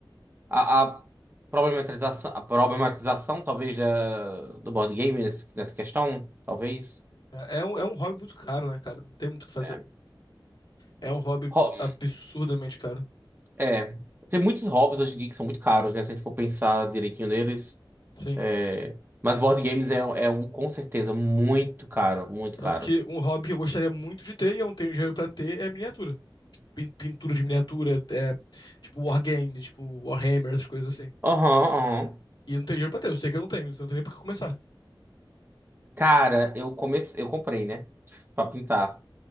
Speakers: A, on the right (about 25°); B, on the left (about 60°).
A: A, a problematização, a problematização, talvez, da, do board game nesse- nessa questão. Talvez.
B: É, é um, é um hobby muito caro, né, cara? Não tem muito o que fazer.
A: É.
B: É um hobby
A: Ho-
B: absurdamente caro.
A: é. Tem muitos hobbies hoje em dia que são muito caros, né? Se a gente for pensar direitinho neles.
B: Sim.
A: É, mas board games é, é um, com certeza, muito caro, muito
B: Tanto
A: caro.
B: que um hobby que eu gostaria muito de ter e eu não tenho dinheiro pra ter é miniatura. Pin- Pintura de miniatura, é, tipo wargame, tipo Warhammer, essas coisas assim.
A: Aham, aham.
B: E eu não tenho dinheiro pra ter, eu sei que eu não tenho, então não tem nem por que começar.
A: Cara, eu comecei, eu comprei, né? Pra pintar.